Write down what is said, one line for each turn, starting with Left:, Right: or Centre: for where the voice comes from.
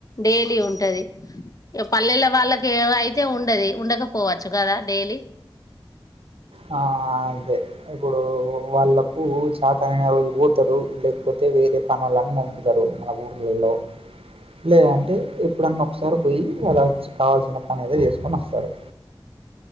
Left: డైలీ ఉంటది ఓ పల్లెల వాళ్ళకి అయితే ఉండది ఉండకపోవచ్చు కదా డైలీ
Right: ఆ, అంతే ఇప్పుడు వాళ్ళలకు చాతనైన రోజు పోతాడు లేకపోతే వేరే పనోలా అని పంపుతారు మన ఊర్లలో లే అంటే ఎప్పుడన్నా ఒకసారి పోయి వాలాకావాల్సిన పని ఏదే చేసు కొని వస్తారు